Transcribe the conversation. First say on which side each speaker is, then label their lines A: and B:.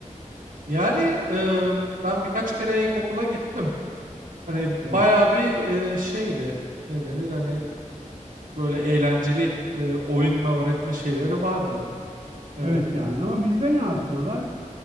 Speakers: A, on the right; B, on the right.
A: Yani eee, ben birkaç kere ilkokula gittim. Hani
B: Evet.
A: bayağı bir e, şeydi. Ne denir? Hani böyle eğlenceli e, oyunla öğretme şeyleri vardı. Evet.
B: Evet yani ama bizde ne yapıyorlar?